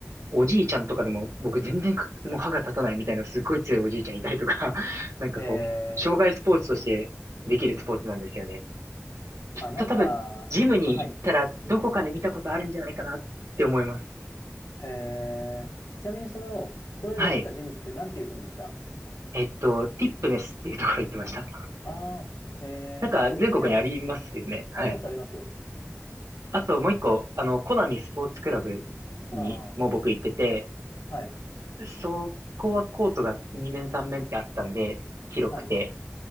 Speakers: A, on the right (about 80°); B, on the left (about 70°).
A: おじいちゃんとかでも、僕全然かもう歯が立たないみたいなすっごい強いおじいちゃんいたりとか、<laughs> なんかこう、
B: へえ。
A: 障害スポーツとしてできるスポーツなんですよね。きっと多分、
B: あ、なんか、
A: ジムに行ったらどこかで見たことあるんじゃないかなって思います。
B: あ、はい。へえ。ちなみにその、それをやってたジムってなんていうジムでした
A: はい。えっと、ティップネスっていうところ行ってました。
B: ああー、へ
A: なんか全国にありますよね。
B: え。そこにじゃあ、
A: はい。
B: あります、あります。
A: あともう一個、あの、コナミスポーツクラブにも僕行ってて、
B: ああ、はい。
A: そこはコートが2面3面ってあったんで、広くて、
B: はい。